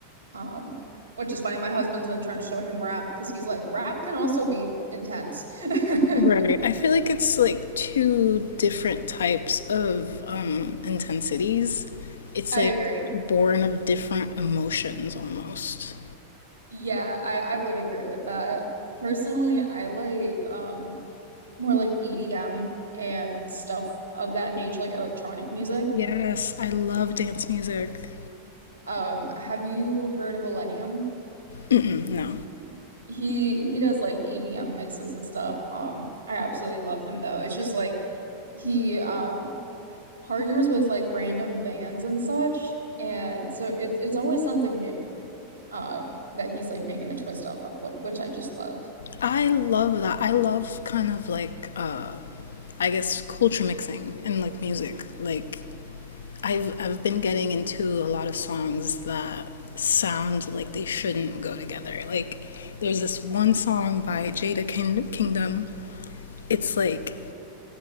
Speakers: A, on the right (about 80°); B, on the left (about 65°).
A: Um, which is funny. My husband's been trying to show him rap because he's like, rap can also be intense. <laughs>
B: Right. I feel like it's like two different types of um intensities. It's
A: I
B: like
A: agree.
B: born of different emotions almost.
A: Yeah, I, I would agree with that. Personally, I like um more like EDM and stuff of that nature, like electronic music.
B: Yes, I love dance music.
A: Um, have you heard of Millennium?
B: Mm-mm, no.
A: He he does like EDM mixes and stuff. Um, I absolutely love him though. It's just like he um partners with like random bands and such, and so it's it's always something new um that he's like making a twist off of what which I just love.
B: I love that. I love kind of like uh I guess culture mixing and like music. Like I've I've been getting into a lot of songs that sound like they shouldn't go together. Like there's this one song by Jada King- Kingdom. It's like